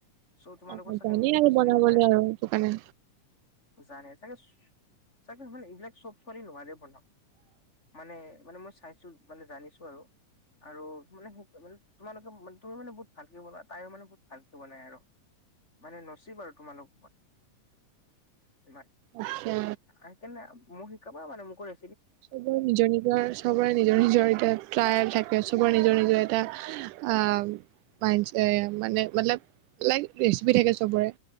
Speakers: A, on the left; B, on the right.
A: চ' তোমালোকৰ
B: অ
A: চাগে
B: জানেই
A: মিলিব
B: আৰু
A: চাগেই
B: বনাবলে
A: দু তাৰে।
B: আৰু সেইটো কাৰণে
A: জানে চাগে চাগে মানে এইবিলাক চব ছোৱালী নোৱৰে বনাব। মানে মানে মই চাইছো মানে জানিছো আৰু। আৰু মানে মানে তোমালোকে তুমিও মানে বহুত ভালকে বনোৱা তাইও মানে বহুত ভালকে বনাই আৰু। মানে নচিব আৰু তোমালোক ইমান।
B: আচ্ছা
A: খাই কেনে মোক শিকাব মানে মোকো ৰে
B: চবৰে নিজৰ নিজৰ চবৰে নিজৰ নিজৰ এতিয়া ট্ৰায়েল থাকে চবৰে নিজৰ নিজৰ এটা আহ। মানে মতলব লাইক ৰেচিপি থাকে চবৰে।